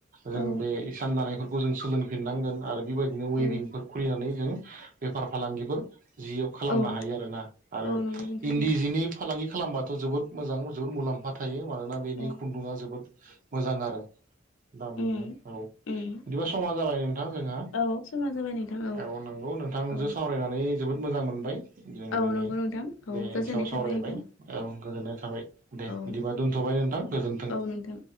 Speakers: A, on the right; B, on the left.
A: जों
B: औ
A: बे इसान जानायफोरखौ जों सोलोंफिननांगोन आरो बेबाय दिनो अइबिंफोर
B: औ
A: खुलिनानै जों बेफार फालांगिफोर। जियाव खालामनो
B: औ
A: हायो आरो ना आरो
B: औ नंगौ नोंथां
A: इन्दि
B: औ
A: जिनि फालांगि। खालामबाथ' जोबोद मोजां जोबोद मुलाम्फा थायो मानोना बेनि
B: औ
A: खुन्दुङा जोबोद मोजां आरो। दामिबो
B: उम
A: औ
B: उम
A: बिदिबा समा जाबाय नोंथां जोंहा।
B: औ समा जाबाय नोंथां
A: औ नंगौ नोंथांजो
B: औ
A: सावरायनानै जोबोद मोजां मोनबाय। जों
B: औ
A: दिनै
B: नंगौ नोंथां औ
A: बेनि
B: गोजोननाय
A: सायाव
B: थाबाय
A: सावरायबाय
B: नोंथां
A: औ गोजोननाय थाबाय दे
B: औ
A: बिदिबा दोन्थ'बाय। नोंथां गोजोन्थों।
B: औ नोंथां